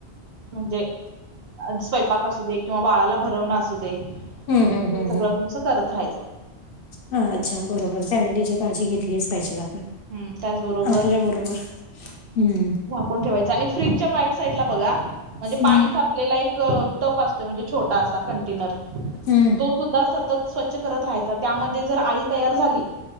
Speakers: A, on the right (about 65°); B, on the left (about 60°).
A: म्हणजे. स्वयंपाक असू दे किंवा बाळाला भरवणं असू दे.
B: हम्म हम्म
A: हे
B: हम्म
A: सगळं
B: हम्.
A: तुमचं करत राहायचं.
B: हा अच्छा बरोबर फॅमिली ची काळजी घेतलीचं पाहिजे ला.
A: हम्म त्याचबरोबर
B: आपल्या बरोबर हम्म.
A: कोण ठेवायचं आणि फ्रीजच्या बॅक साईडला बघा म्हणजे
B: हम्म
A: पाणी साच. लेला एक टप असतोय म्हणजे छोटासा कंटेनर.
B: हम्म.
A: तो सुद्धा सततं स्वच्छ करत राहायचा त्यामध्ये जर आळी तयार झाली.